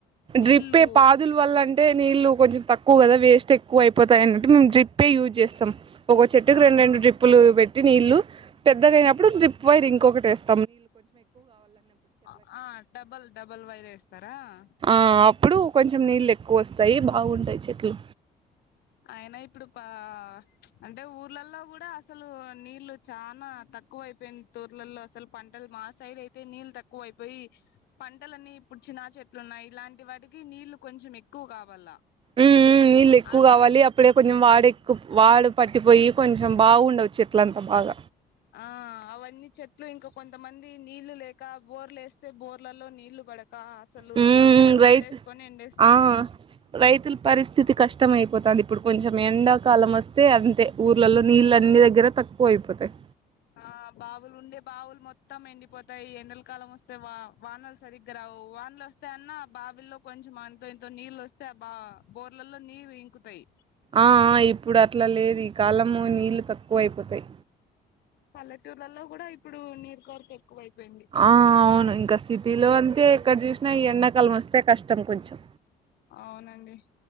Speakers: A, on the left; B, on the right.
A: నీళ్ళు
B: డ్రిప్పే పాదుల వల్లం అంటే నీళ్ళు కొంచం తక్కువ కద వేస్ట్ ఎక్కువ అయిపోతాయి అన్నట్టు మేము డ్రిప్పె యూజ్ చేస్తాం ఒక చెట్టుకి
A: అవును
B: రెం రెండు డ్రిప్పులు పెట్టి నీళ్లు పెద్దగా అయినప్పుడు డ్రిప్ వైర్ ఇంక్ ఇంకొకటేస్తా
A: <inaudible> ఆ <inaudible> ఆ డబల్ డబల్ వైర్ వేస్తారా ఆ
B: ఆ అప్పుడు <inaudible> కొంచెం నీళ్ళు ఎక్కువ వస్తాయి, బాగుంటాయి చెట్లు.
A: అయినా ఇప్పుడు పా అంటే, ఊర్లలో కూడా అసలు నీళ్లు చాలా తక్కువ తక్కువైపోయింది. తోర్లలో అసలు పంటలు, మా సైడ్ అయితే నీళ్ళు తక్కువ అయిపోయి పంటలన్నీ ఇప్పుడు చినా చెట్లు ఉన్నాయి. ఇలాంటి వాటికి నీళ్లు కొంచెం ఎక్కువ కావాల.
B: ఉ ఉ నీళ్ళు ఎక్కువ
A: అందు
B: కావాలి. ఇప్పుడే కొంచం వాడు ఎక్కు వాడు పట్టిపోయి కొంచెం బాగుండవు. చెట్లంతా బాగా
A: ఆ అవన్నీ చెట్లు ఇంకా, కొంతమంది నీళ్లు లేక, బోర్లు వేస్తే బోర్లలో నీళ్లు పడక అసలు
B: హ
A: పంటలే వదిలేసుకొని
B: రైతు
A: ఎండేస్తున్నారు
B: ఆ రైతుల పరిస్థితి కష్టం అయిపోతుంది. ఇప్పుడు కొంచెం ఎండాకాలం వస్తే అంతే ఊర్లలో నీళ్ళ అన్ని దగ్గర తక్కువ అయిపోతాయి
A: ఆ బావులు ఉండే బావులు మొత్తం ఎండిపోతాయి ఎండల కాలం వస్తే వా వానలు సరిగ్గా రావు వానలు వస్తే అన్నా బావిల్లో కొంచెం అంత ఇంతో నీళ్లు వస్తే ఆ బా బోర్లలో నీళ్లు ఇంకుతాయి
B: ఆ ఆ ఇప్పుడు అట్లా లేదు ఈ కాలము నీళ్ళు తక్కువ అయిపోతాయి
A: పల్లెటూర్లలో కూడా ఇప్పుడు నీటి కొరత ఎక్కువైపోయింది
B: ఆ అవును ఇంకా సిటీలో అంటే ఎక్కడ చూసి నా ఎండాకాలం వస్తే కష్టం కొంచెం
A: అవునండి